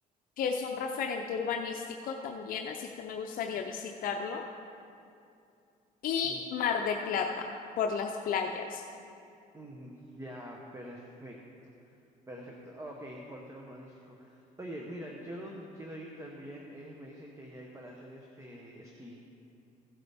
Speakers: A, on the left; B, on the right.
A: que es un referente urbanístico también, así que me gustaría visitarlo. Y
B: Mm,
A: Mar de Plata por las playas.
B: mm, Ya, perfecto. Perfecto. Ok, es por tema urbanístico. Oye, mira, yo donde quiero ir también es, me dicen que allá hay para hacer este esquí.